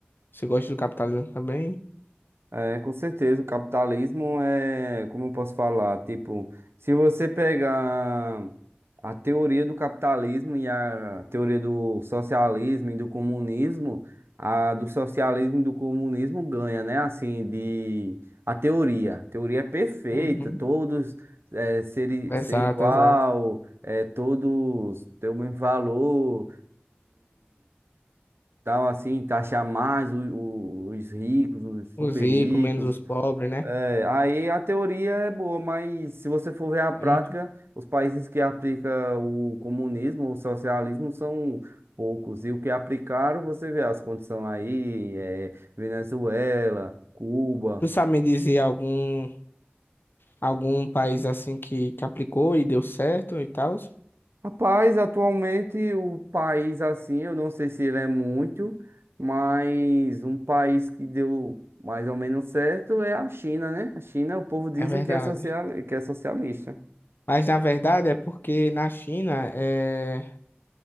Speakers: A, on the left; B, on the right.
A: Você gosta do capitalismo também?
B: É, com certeza, o capitalismo é, como eu posso falar, tipo, se você pegar a teoria do capitalismo e a teoria do socialismo e do comunismo, a do socialismo e do comunismo ganha, né? Assim, de a teoria. A teoria é perfeita,
A: Uhum.
B: todos é, ser, i-
A: Exato,
B: ser igual,
A: exato.
B: é, todos ter o mesmo valor tal, assim, taxar mais o- o- os ricos, os super
A: Os ricos,
B: ricos.
A: menos os pobres, né?
B: É, aí a teoria é boa, mas se você for ver a prática,
A: É muito.
B: os países que aplicam o comunismo, o socialismo são poucos. E o que aplicaram, você vê as condições aí, é, Venezuela, Cuba.
A: Tu sabe me dizer algum, algum país assim que, que aplicou e deu certo e tal?
B: Rapaz, atualmente o país assim, eu não sei se ele é muito, mas um país que deu mais ou menos certo é a China, né? A China, o povo dizem
A: É verdade.
B: que é social, que é socialista.
A: Mas na verdade é porque na China é,